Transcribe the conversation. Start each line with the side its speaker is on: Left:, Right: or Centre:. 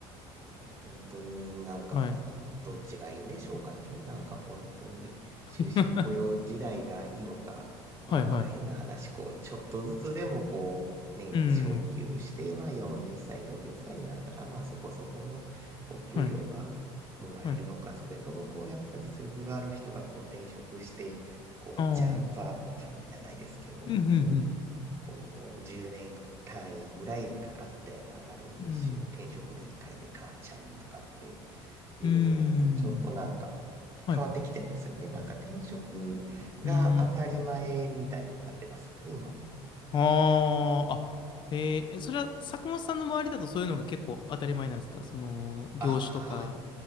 Right: ねえ、本当になんか、
Left: はい。
Right: どっちがいいんでしょうかね。なんか本当に、
Left: <laughs>
Right: 終身雇用時代がいいのか、
Left: はいはい。
Right: まあ変な話、こう、ちょっとずつでもこう、年に昇給して、
Left: うん。
Right: まあ40歳、50歳になったら、まあそこそこのお給料がもらえるのか、
Left: はい。はい。
Right: それともこう、やっぱ実力がある人がこう転職して、こう、
Left: ああ。
Right: ジャンプアップじゃないですけど、
Left: うんうん
Right: 本当、こう、10年単位ぐらいでかかって上がる年収を転職で1回で変わっちゃうとかって
Left: うん。うん。
Right: いうのと、
Left: うーん。
Right: ちょっとなんか
Left: はい。
Right: 変わってきてますよね。なんか転職が当たり前みたいになってますよね、
Left: うーん。
Right: 今。
Left: ああ、あ、えー、えそれは坂本さんの周りだとそういうのが結構当たり前なんですかその、業種とか。
Right: ああ、